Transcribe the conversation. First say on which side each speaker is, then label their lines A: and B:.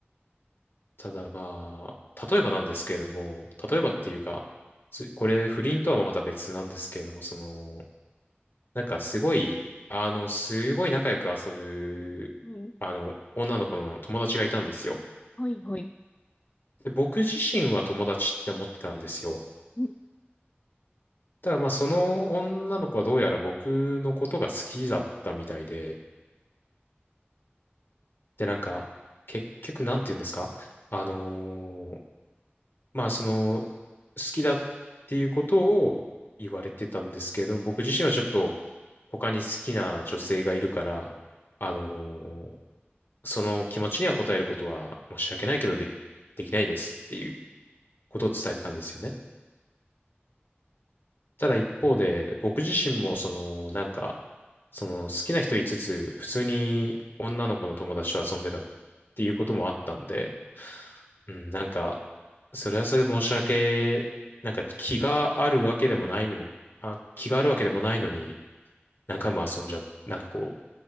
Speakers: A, on the left (about 60°); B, on the left (about 35°).
A: ただまあ、例えばなんですけれども、
B: はい。
A: 例えばっていうか、すこれ不倫とはまた別なんですけれども、その、なんかすごい、あの、すごい仲良く遊ぶ、
B: はい。
A: あの、女の子の友達がいたんですよ。
B: はい。はい。はい
A: で、僕自身は友達って思ってたんですよ。
B: うん
A: ただまあ、その女の子はどうやら僕のことが好きだったみたいで、で、なんか、結局、なんて言うんですかあのーまあ、その、好きだっていうことを言われてたんですけれども、僕自身はちょっと他に好きな女性がいるから、あのーその気持ちには応えることは申し訳ないけどでき、できないですっていうことを伝えてたんですよね。ただ一方で、僕自身もその、なんか、その好きな人いつつ、普通に女の子の友達と遊んでたっていうこともあったんで、うん、なんか、それはそれで申し訳、なんか気があるわけでもないにも、あ、気があるわけでもないのに、何回も遊んじゃ、なんかこ